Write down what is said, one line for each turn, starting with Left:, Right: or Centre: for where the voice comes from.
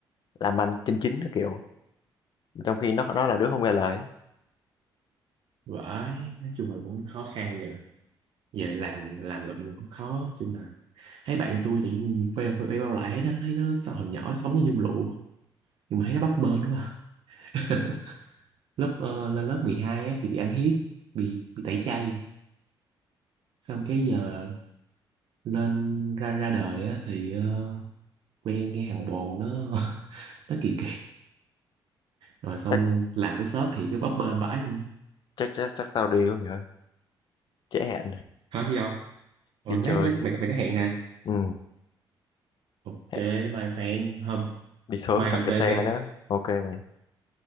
Left: làm ăn chân chính cái kiểu trong khi nó nó là đứa không nghe lời
Right: vãi nói chung là cũng khó khăn giờ giờ làm làm lụm cũng khó chung là thấy bạn tôi thì quay quay bao lại thấy nó thấy nó sao hồi nhỏ sống như nhung lụa nhưng mà thấy nó bấp bênh quá <laughs> lớp ờ, lên lớp 12 á, thì bị ăn hiếp bị bị tẩy chay xong cái giờ lên ra ra đời á, thì ờ, quen cái thằng bồ nó <laughs> nó kỳ rồi xong
Left: chắc
Right: làm cái shop thì cứ bấp bênh vãi luôn
Left: chắc chắc chắc tao đi quá mày ơi trễ hẹn
Right: hả đi đâu Ủa,
Left: đi
Right: lát
Left: chơi
Right: lát mày mày có hẹn hả
Left: ừ
Right: ok
Left: hẹn
Right: bye fan không
Left: đi sớm
Right: mai
Left: sợ
Right: cà phê
Left: kẹt xe
Right: fan
Left: nữa ok mày